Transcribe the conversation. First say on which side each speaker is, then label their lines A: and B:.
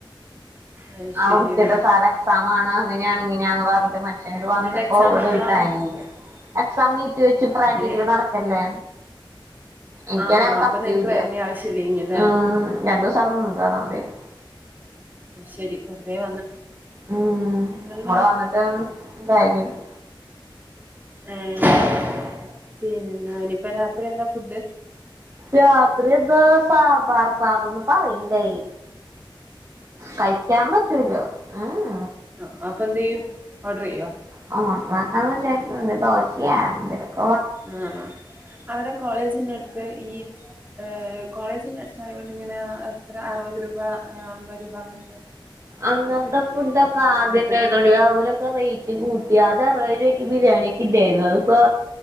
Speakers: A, on the right (about 20°); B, on the right (about 40°).
A: അത്
B: ആഹ്
A: ശരിയാ
B: വൃത്തികെട്ടാ സാർ എക്സാം ആണ് അങ്ങനെയാണ് ഇങ്ങനെയന്ന് പറഞ്ഞിട്ട് മനുഷ്യൻ ഇങ്ങോട്ട്
A: എന്നിട്ട്
B: വന്നപ്പോ
A: എക്സാം
B: ഇവടെ
A: എപ്പളാണ്
B: തേങ്ങയും ഇല്ല
A: <inaudible>
B: എക്സാം നീട്ടി വെച്ച് പ്രാക്ടിക്കാൽ
A: ഏ
B: നടക്കല്ലേ എനിക്കാണെ
A: ആ
B: അത്
A: അപ്പൊ
B: കത്തിയും
A: നിങ്ങക്ക്
B: ഇല്ല്യാ
A: വരേണ്ട ആവശ്യമില്ല ഇനില്ലേ
B: ഉം രണ്ട് ദൂസം അവടെ നിന്നട്ട് വന്നാ മതിയാരുന്ന്
A: ശെരി വെറുതെ വന്ന്
B: ഉം
A: പിന്നെന്താണ്
B: ഇവടെ വന്നിട്ട് കാര്യയില്ലാ
A: ഏഹ് പിന്നെ ഇനിപ്പ രാത്രി എന്താ ഫുഡ്?
B: രാത്രി ന്ന് സാമ്പാർ. <unintelligible> തൊന്ന് പറയിണ്ടായി. കഴിക്കാൻ പറ്റൂല്ല. ങ്‌ഹ.
A: ആ അപ്പം എന്ത് ചെയ്യും? ഓർഡർ ചെയ്യോ?
B: <unintelligible> ദോശയാ <unintelligible>
A: ആഹ് ആ അവിടെ കോളേജിന്റെടുത്ത് ഈ, ഏഹ് കോളേജിന്റെ അടുത്ത ആയോണ്ട്, ഇങ്ങനെ എത്ര അറുപത് രൂപ അമ്പത് രൂപ അങ്ങനെത്തെ.
B: അങ്ങൻത്ത ഫുഡൊക്കെ ആദ്യന്നെ
A: കിട്ടൂല
B: ഇടൊടി അവര്. ക്കെ റെയ്റ്റ് കൂട്ടി ആദ്യ അറുവ രൂപക്ക് ബിരിയാണി കിദ്ധേന്നു അത്പ്പോ.